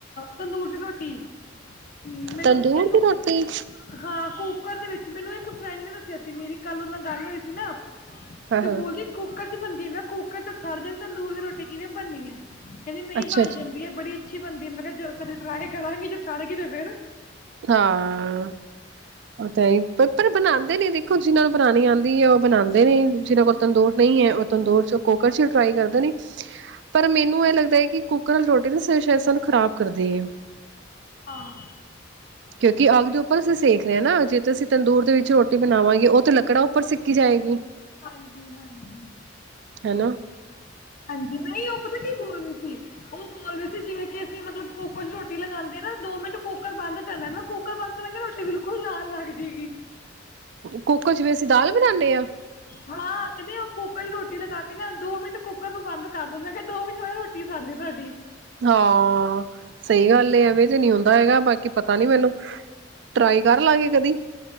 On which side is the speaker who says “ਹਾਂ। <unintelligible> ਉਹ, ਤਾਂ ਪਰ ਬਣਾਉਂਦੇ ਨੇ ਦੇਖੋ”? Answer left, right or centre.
Right